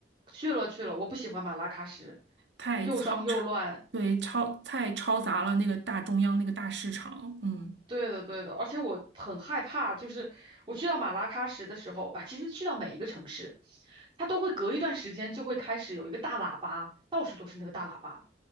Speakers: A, on the right (about 30°); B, on the right (about 85°).
A: 去了去了，我不喜欢马拉喀什，
B: 太嘈吵，
A: 又脏又乱，
B: 对，超太嘈杂了，那个大中央那个大市场，嗯，
A: 对的对的，而且我很害怕，就是我去到马拉喀什的时候啊，其实去到每一个城市，它都会隔一段时间就会开始有一个大喇叭，到处都是那个大喇叭，